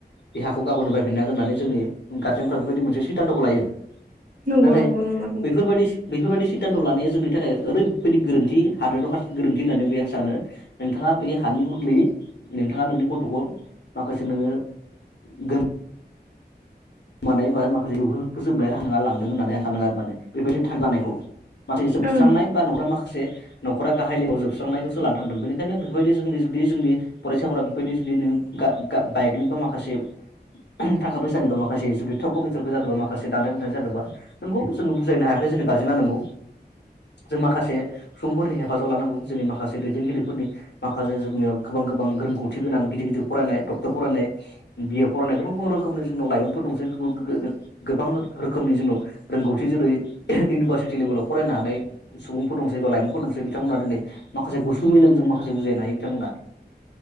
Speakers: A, on the left (about 80°); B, on the right (about 50°).
A: बे हाखौ गाबोननो बाय फिननो हागोन होन्नानै जोंनि गारजेनफ्रा बेफोरबायदि मोनसे खिदानथखौ लायो
B: नंगौ
A: नाथाय
B: नंगौ नंमारगौ
A: बैफोरबायदि बेफोरबायदि सिदान्थ' लानाया जोंनि थाखाय ओरैबायदि गोरोन्थि हादोराव सासे गोरोन्थि होननानै बे आं सानो। नोंथाङा बे हानि बदलै नोंथाङा नोंनि गथ'खौ माखासे नोङो गो मानाय बा माखासे <unintelligible> फोजोबनाय <unintelligible> लांदों होननानै आं आरो माने बेफोरबायदि थांग्लानायखौ माखासे जोबस्रांनाय
B: ओं
A: बा न'खरा माखासे न'खरा गाहाय लोगो जोबसांखौसो लना थांदों बेनिखायनो बेफोरबायदि जोंनि जुदि जोंनि फरायसाफोरा बेफोरबायदि जुदि गा‌-गा बाइक निबा माखासे थाखा फैसानिबा मा खासे जुदि थरख' बिथरख' जादों बा माखासे दानथे बिथानथे जादोंबा नोंगौ जोङो बुजायनो हायाखै जोंनि गारजेना नंगौ जों माखासे सुबुंफोरनि हेफाजाब लानांगौ जोंनि माखासे दैदेनगिरिफोरनि माखासे जोंनियाव गोबां गोबां रोंगौथि गोनां गिदिर गिदिर फरायनाय डक्टर फरायनाय बिए फरायनाय गोबां गोबां रोखोमनि जोंनाव लाइमोनफोर दंसै गो-गो गोबां रोखोमनि जोंनाव रोंगौथि जेरै इउनिभारसिटि लेभेलाव फरायनो हानाय सुबुंफोर दंसै बा लाइमोनफोर दंसै बिथांमोना दिनै माखासे गुसु मेलेमजों माखासे बुजायनो हायो बिथांमोना